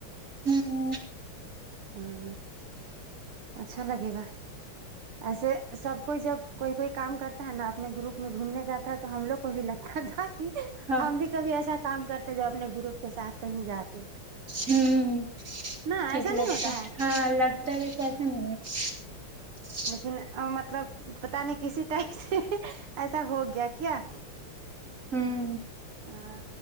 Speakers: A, on the right (about 35°); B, on the right (about 85°).
A: ہوں
B: ہاں اچھا لگے گا ایسے سب کوئی جب کوئی کوئی کام کرتا ہے نا اپنے گروپ میں گھومنے جاتا تھا تو ہم لوگ کو بھی لگتا تھا کہ
A: ہاں
B: ہم بھی کبھی ایسا کام کرتے جو اپنے گروپ کے ساتھ کہیں جاتے
A: ہ
B: نہ
A: ٹھیک
B: ایسا
A: لگتا
B: نہیں ہوتا ہے
A: ہاں لگتا ہے ا کیاسا نہیں ہے <inaudible>
B: لیکن اب مطلب پتا نہیں کسی ٹائپ سے ایسا ہو گیا کیا
A: ہمم
B: آں